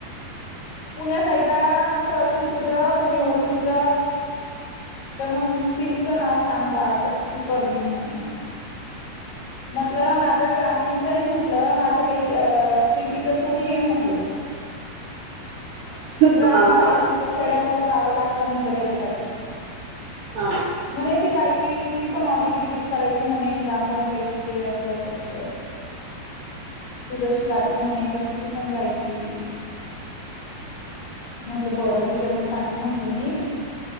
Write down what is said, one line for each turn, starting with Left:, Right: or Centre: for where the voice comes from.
Left: पुण्या साइड ला असं असेल तुझ कोणी ओळखीच तर मग तीलच नाव सांगबा ती करदिन म्हणून अस म्हण्टलं माझं ग्रामीण कसंय म्हटल माझ काही शेतीच थोडीहाय म्हटलं ग्रामीण
Right: हा बरोबर
Left: पाहिजे म्हटलं खेड्यांवर जावं लागतं म्हटलं त्याच्यासाठी
Right: हा
Left: म्हणे ते जायच ती पण ऑडिट गिडीट करायची म्हणे ग्रामपंचायतीचे अस तस तू जशी जाती म्हणे तशी ती पण जायची म्हटलं बरं विचारून सांगेल म्हटलं मी